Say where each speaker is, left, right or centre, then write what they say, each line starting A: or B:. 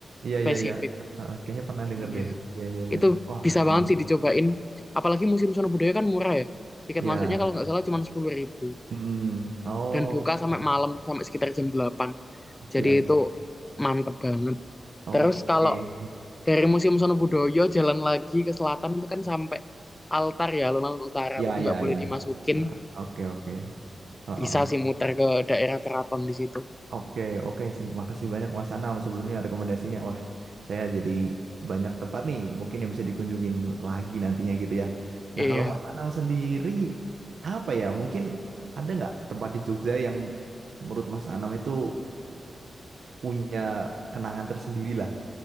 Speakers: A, on the right (about 70°); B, on the left (about 20°).
A: Iya
B: spesifik.
A: iya iya. Eh, kayaknya pernah denger
B: Iya,
A: deh. Iya iya iya.
B: itu
A: Wah,
B: bisa banget
A: eh,
B: sih dicobain. Apalagi Museum Sono Budaya kan murah ya. Tiket
A: iya.
B: masuknya kalau nggak salah cuma sepuluh ribu.
A: Mm, Oke.
B: Dan buka sampai malam, sampai sekitar jam delapan
A: Siap.
B: Jadi itu mantep banget.
A: Oke.
B: Terus kalau dari Museum Sono Budoyo jalan lagi ke selatan itu kan sampai altar ya, alun-alun utara.
A: Iya
B: Tapi
A: iya
B: nggak boleh
A: iya.
B: dimasukin.
A: Ah, Oke oke. Oh,
B: Bisa
A: oh, oh.
B: sih muter ke daerah keraton di situ.
A: Oke oke sih. Makasih banyak Mas Anam sebelumnya rekomendasinya. Wah, saya jadi banyak tempat nih mungkin yang bisa dikunjungin lagi nantinya gitu ya.
B: Iya,
A: Nah, kalau Mas Anam sendiri apa ya? Mungkin ada nggak tempat di Jogja yang menurut Mas Anam itu punya kenangan tersendiri lah